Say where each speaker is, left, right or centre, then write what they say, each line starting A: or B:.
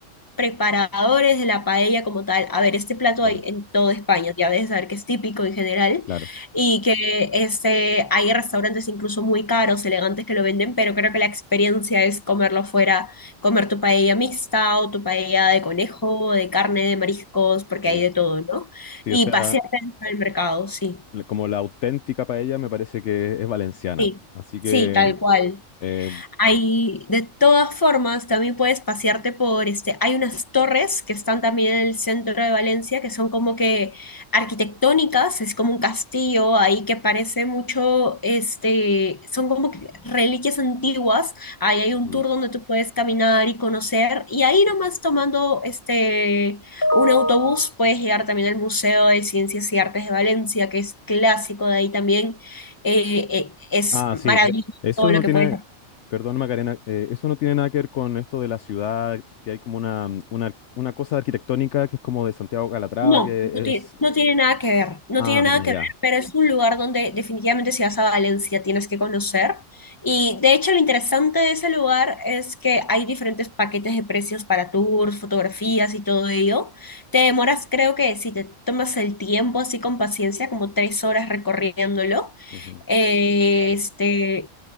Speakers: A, on the left (about 15°); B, on the left (about 65°).
A: preparadores de la paella como tal. A ver, este plato
B: Sí,
A: hay en toda España, ya debes saber que es típico en general,
B: claro.
A: y que este, hay restaurantes incluso muy caros, elegantes que lo venden, pero creo que la experiencia es comerlo fuera, comer tu paella mixta o tu paella de conejo, de carne, de mariscos, porque
B: Sí.
A: hay de todo, ¿no?
B: Sí,
A: Y
B: o sea,
A: pasear dentro del mercado, sí,
B: le- como la auténtica paella me parece que es valenciana.
A: sí,
B: Así
A: sí,
B: que
A: tal cual.
B: eh,
A: Hay, de todas formas, también puedes pasearte por este. Hay unas torres que están también en el centro de Valencia que son como que arquitectónicas, es como un castillo ahí que parece mucho, este, son como que reliquias antiguas. Ahí hay
B: Ujú.
A: un tour donde tú puedes caminar y conocer. Y ahí nomás tomando este un autobús puedes llegar también al Museo de Ciencias y Artes de Valencia, que es clásico de ahí también. Eh, eh, es
B: Ah, sí,
A: maravilloso
B: e- eso
A: todo lo
B: no
A: que
B: tiene,
A: puedes
B: perdón Macarena, eh, eso no tiene nada que ver con esto de la ciudad, que hay como una, mm, una, una cosa arquitectónica que es como de Santiago Calatrava,
A: No,
B: que
A: no tiene,
B: es...
A: no tiene nada que ver, no
B: Ah,
A: tiene nada que
B: ya.
A: ver, pero es un lugar donde definitivamente si vas a Valencia tienes que conocer. Y de hecho lo interesante de ese lugar es que hay diferentes paquetes de precios para tours, fotografías y todo ello. Te demoras, creo que si te tomas el tiempo así con paciencia, como tres horas recorriéndolo.
B: Ujú,
A: eh,
B: Vale,
A: este,